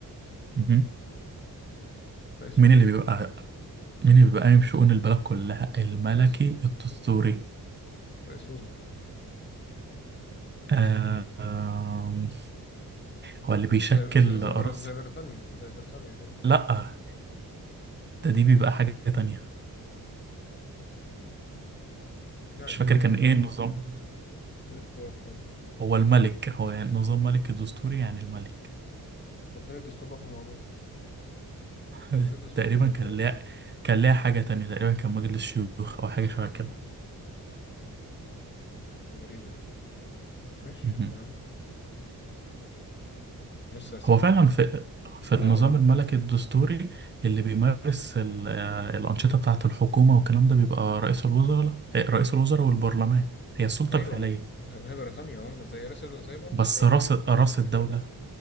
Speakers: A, on the right; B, on the left.
A: مهم.
B: رئيس
A: مين
B: وزراء
A: اللي بيبقى مين اللي بيبقى قايم شؤون البلد كلها الملكي
B: رئيس
A: الدستوري
B: رئيس وزراء
A: آه، آم، هو اللي بيشكل
B: زي زي زي,
A: رأس
B: بر... زي بريطانيا زي بريطانيا كده
A: لأ ده دي بيبقى حاجة تانية
B: يعني
A: مش فاكر
B: طب اديني
A: كان
B: اختيارات
A: إيه النظام
B: اديني اختيار طيب
A: هو الملك هو يعني نظام ملك الدستوري يعني الملك
B: طب فين الدستور بقى في الموضوع؟
A: <laughs>
B: فين الدستور
A: تقريبا
B: في الموضوع؟
A: كان ليها كان ليها حاجة تانية تقريبا كان مجلس شيوخ أو حاجة شبه
B: دي غريبة يعني ماشي
A: كده
B: تمام بص يا سيدي
A: هو فعلا في في النظام
B: اه اقول
A: الملكي الدستوري اللي بيمارس ال- آه، الأنشطة بتاعة الحكومة والكلام ده بيبقى رئيس الوزراء آه، رئيس الوزراء والبرلمان هي السلطة
B: ايوه
A: الفعلية
B: ما ما هي بريطانيا اه ما زي رئيس زي برضه
A: بس
B: اسرائيل
A: رأس رأس
B: اسرائيل نفس
A: الدولة
B: الكلام